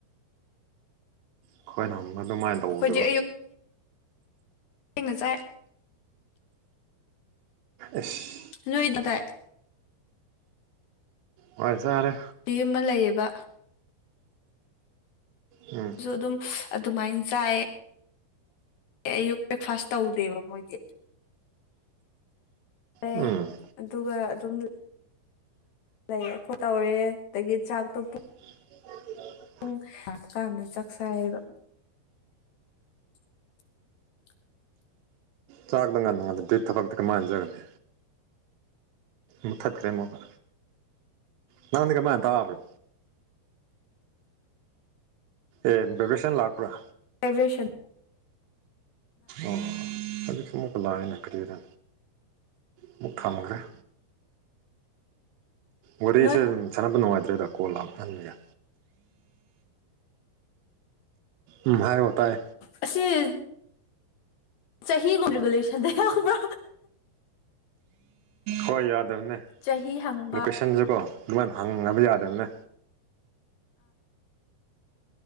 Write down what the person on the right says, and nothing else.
ꯑꯩꯈꯣꯏꯅ ꯑꯃꯅ ꯑꯗꯨꯃꯥꯏꯅ ꯇꯧꯗꯕ
ꯏꯁ
ꯍꯣꯏ ꯆꯥꯔꯦ
ꯎꯝ
ꯎꯝ
<unintelligible>
ꯆꯥꯛꯅꯥ ꯉꯥꯟꯅ ꯉꯗ <unintelligible> ꯑꯗꯨ ꯊꯕꯛꯇ ꯀꯔ ꯃꯥꯟꯅꯖꯒꯅꯤ ꯃꯊꯠꯈ꯭ꯔꯦ ꯑꯃꯨꯛꯀ ꯅꯪꯗꯤ ꯀꯃꯥꯏꯅ ꯇꯥꯕ꯭ꯔꯣ ꯑꯦ ꯕꯦꯕ꯭ꯔ‌ꯦꯁꯟ ꯂꯥꯛꯄ꯭ꯔꯥ
ꯑꯣ ꯍꯧꯖꯤꯛ ꯑꯃꯨꯛꯀ ꯂꯛꯑ‌ꯦꯅ‌ꯦ ꯀꯔꯤꯔꯥ ꯑꯃꯨꯛ ꯊꯝꯒꯔ‌ꯦ ꯋꯥꯔꯤꯁꯦ
ꯁꯥꯟꯅꯕ ꯅꯨꯡꯉꯥꯏꯇ꯭ꯔꯦꯗ ꯀꯣꯜ ꯂꯥꯛꯍꯟꯕꯒꯤ ꯎꯝ ꯍꯥꯏꯌ‌ꫭ ꯇꯥꯥꯏ
ꯍꯣꯏ ꯌꯥꯗꯕꯅꯦ
ꯂꯣꯀꯦꯁꯟꯁꯨ ꯀꯣ ꯑꯗꯨꯃꯥꯏꯅ ꯍꯪꯅꯕ ꯌꯥꯗꯕꯅꯦ